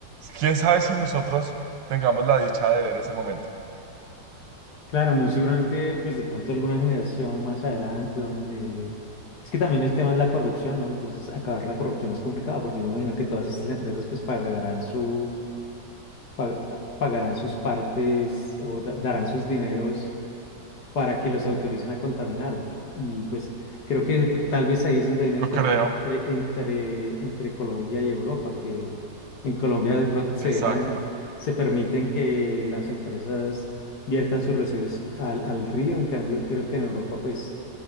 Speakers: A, on the right; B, on the left.
A: quién sabe si nosotros tengamos la dicha de ver ese momento.
B: Claro, muy seguramente, pues de pronto alguna generación más adelante, donde... Es que también el tema es la corrupción, ¿no? Entonces, acabar la corrupción es complicado, porque yo me imagino que todas estas empresas, pues, pagarán su, pa- pagarán sus partes o da- darán sus dineros para que los autoricen a contaminar. Y pues creo que tal vez ahí es donde hay una diferencia
A: Yo creo,
B: entre, entre, entre Colombia y Europa, que en Colombia de pro- se
A: exacto,
B: dejan, se permiten que las empresas viertan sus residuos al, al río, en cambio creo que en Europa pues